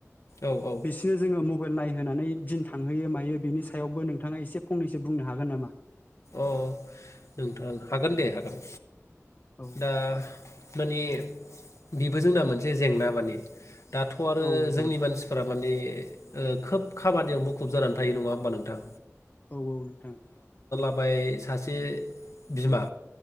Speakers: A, on the left (about 70°); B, on the left (about 35°).
A: औ औ
B: बिसिनो जोङो म मबेल नायहोनानै दिन थांहोयो मायो बिनि सायावबो नोंथाङा एसे फंनैसो बुंनो हागोन नामा?
A: अह नोंथां हागोन दे हागोन।
B: औ
A: दा माने बेबो जोंना मोनसे जेंना माने। दाथ' आरो
B: औ नोंथां
A: जोंनि मानसिफोरा माने खोब खाबादियाव मुखुब जानानै थायो नङा होमबा नोंथां।
B: औ औ नोंथां।
A: जाबाय सासे बिमा